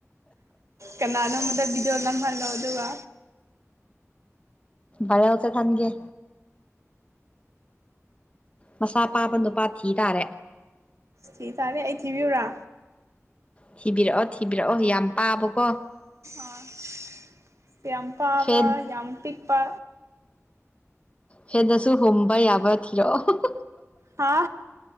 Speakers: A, on the right; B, on the left.
A: ꯀꯅꯥꯅꯣꯝꯃꯗ ꯕꯤꯗꯤꯑꯣ ꯅꯝꯍꯜꯂꯣ ꯑꯗꯨꯒ
B: ꯚꯥꯏꯔꯦꯜ ꯆꯠꯍꯟꯒꯦ ꯃꯁꯥ ꯄꯥꯕ ꯅꯨꯄꯥ ꯊꯤ ꯇꯥꯔꯦ
A: ꯊꯤꯇꯥꯔꯦ ꯑꯩ ꯊꯤꯕꯤꯌꯨꯨꯔꯥ
B: ꯊꯤꯕꯤꯔꯛꯑꯣ ꯊꯤꯕꯤꯔꯛꯑꯣ ꯌꯥꯝ ꯄꯥꯕꯀꯣ
A: ꯑ ꯌꯥꯝ ꯄꯥꯕ
B: ꯐꯦꯟ
A: ꯌꯥꯝ ꯄꯤꯛꯄꯥ
B: ꯐꯦꯟꯗꯁꯨ ꯍꯨꯝꯕ ꯌꯥꯕ ꯊꯤꯔꯛꯑꯣ
A: ꯍꯥ